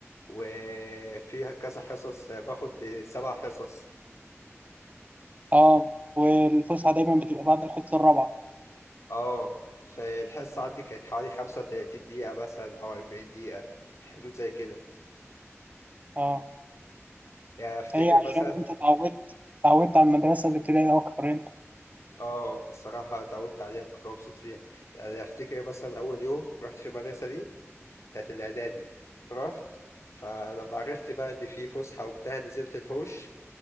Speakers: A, on the left; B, on the right.
A: وفي كذا حصص باخد سبع حصص
B: اه والفسحه دايما بتبقى بعد الحصه الرابعه
A: اه فالحصه عندي كانت حوالي 35 دقيقه مثلا او 40 دقيقه في حدود زي كده
B: اه
A: يعني افتكر
B: هي
A: مثلا
B: عشان انت اتعودت اتعودت على المدرسه الابتدائيه اكتر انت
A: اه الصراحه اتعودت عليها كنت مبسوط فيها يعني افتكر مثلا اول يوم رحت في المدرسه دي بتاعت الاعدادي رحت فلما عرفت بقى ان في فسحه وبتاع نزلت الحوش